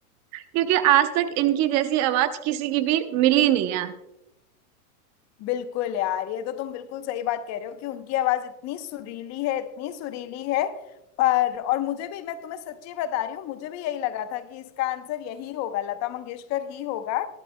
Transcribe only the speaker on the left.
बिल्कुल यार ये तो तुम बिल्कुल सही बात कह रहे हो कि उनकी आवाज इतनी सुरीली है इतनी सुरीली है पर और मुझे भी मैं तुम्हें सच्ची बता रही हूँ मुझे भी यही लगा था कि इसका आंसर यही होगा लता मंगेशकर ही होगा